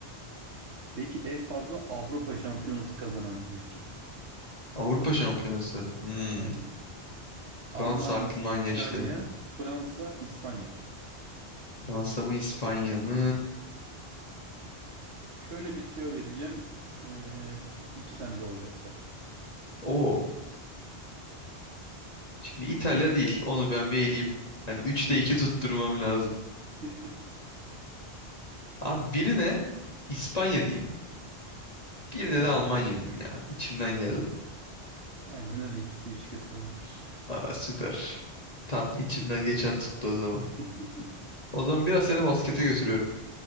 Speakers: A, on the right; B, on the left.
A: Peki en fazla Avrupa Şampiyonası kazanan ülke.
B: Avrupa Şampiyonası. Hmm,
A: Aynen. Almanya,
B: Fransa aklımdan geçti.
A: İtalya, Fransa, İspanya.
B: Fransa mı İspanya mı?
A: Şöyle bir tüyo vereceğim. Ee, iki tane doğru cevap var.
B: O Şimdi İtalya değil. Onu ben bir eleyeyim. Yani üçte
A: Hı hı.
B: iki tutturmam lazım.
A: <laughs>
B: Abi birine İspanya diyeyim. Birine
A: Tamam.
B: de Almanya diyeyim ya. İçimden geldi.
A: Aynen öyle ikisi de üç kez kazanmış.
B: Aa süper. Tam içimden geçen tuttu o zaman.
A: <laughs>
B: O zaman biraz seni baskete götürüyorum.